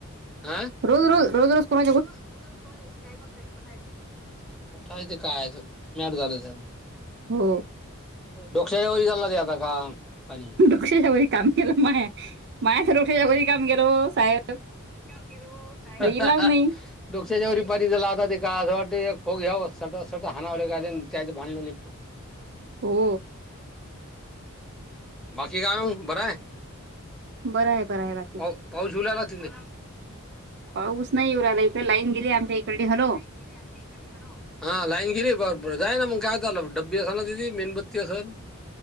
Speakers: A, in the centre; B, on the right.
A: आ
B: रोज रोज रोज रोज को
A: रोज रोज रोज कोणाच्या गोष्टी <unintelligible> मग काय ते खायचं मॅड झालं जाम.
B: हो
A: डोकशाच्या वरी चाललं ते आता का, पाणी
B: <unintelligible> वरी काम केलं माया, माया तर डोकशाच्या
A: हम्म
B: वरी काम गेलं व साहेब
A: <unintelligible> ओ साहेब
B: इलाज नाही
A: डोकशाच्या वरी पारी झाला आता, ते का असं वाटतंय एक फोग घ्यावं, सटा सटा हानावं काय त्याच भांडणं निघतो <inaudible>
B: हो
A: बाकी काय मग, बरं आहे?
B: बरं आहे बर आहे बाक
A: पाऊ पाऊस येऊन राहिला थिले?
B: पाऊस नाही येऊ राहिला इथे, लाईन गेली आमच्या इकडे, हॅलो!
A: एक <unintelligible> हां लाईट गेली ब बरं जाय ना म काय झालं डब्बी असल ना तिथी मेणबत्ती असल.